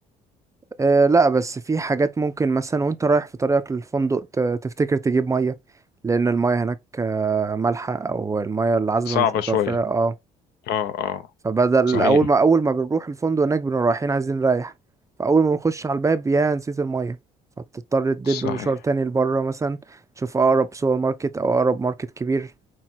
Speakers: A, on the right; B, on the left.
A: آه لا بس في حاجات ممكن مثلا وانت رايح في طريقك للفندق ت- تفتكر تجيب ميه لان الميه هناك آه، مالحه او الميه العذبه
B: صعبة
A: مش متوفره
B: شوية
A: اه
B: اه اه
A: فبدل
B: صحيح
A: اول ما اول ما بنروح الفندق هناك بنبقى رايحين عايزين نريح فاول ما بنخش على الباب يا نسيت الميه فبتضطر تدب
B: صحيح
A: مشوار تاني لبره مثلا تشوف اقرب سوبر ماركت او اقرب ماركت كبير